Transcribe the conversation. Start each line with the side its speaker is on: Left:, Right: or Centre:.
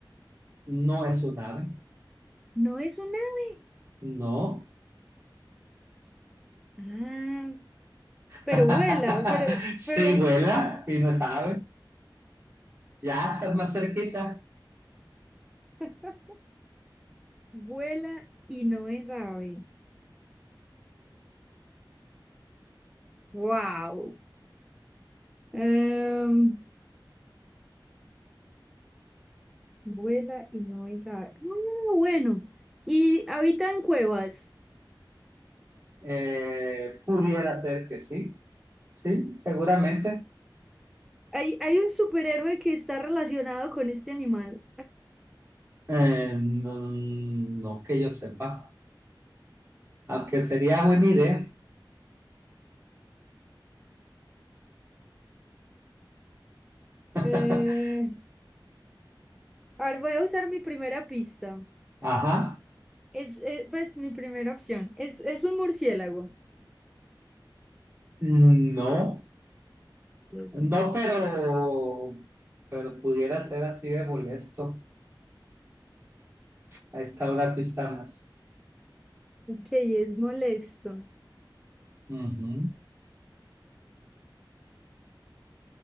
Right: no es un ave.
Centre: No es un ave.
Right: No.
Centre: Ah,
Right: <laughs>
Centre: pero vuela, pero,
Right: Sí
Centre: pero
Right: vuela y no sabe. Ya estás más cerquita.
Centre: <laughs> vuela y no es ave. Wow. Em, vuela y no es ave. Ah, bueno. Y habita en cuevas.
Right: Eh, pudiera ser que sí. Sí, seguramente.
Centre: Hay, hay un superhéroe que está relacionado con este animal.
Right: Eh, no, no que yo sepa, aunque sería buena idea. <laughs>
Centre: Eh, a ver, voy a usar mi primera pista.
Right: Ajá,
Centre: Es, eh, pues mi primera opción. Es, es un murciélago.
Right: no,
Centre: Dios
Right: no,
Centre: mío.
Right: pero, pero pudiera ser así de molesto a esta hora que estamos.
Centre: Ok, es molesto.
Right: Ujú.